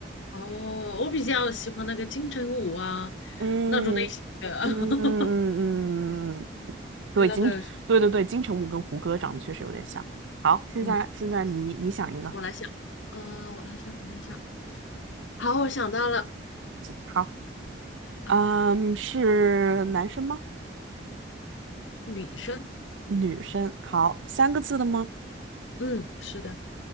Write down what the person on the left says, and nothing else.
哦，我比较喜欢那个金城武啊，
那种类型的。<laughs>
对，那个是
嗯，我来想，呃，我来想，我来想，好，我想到了
啊，
女生，
嗯，是的，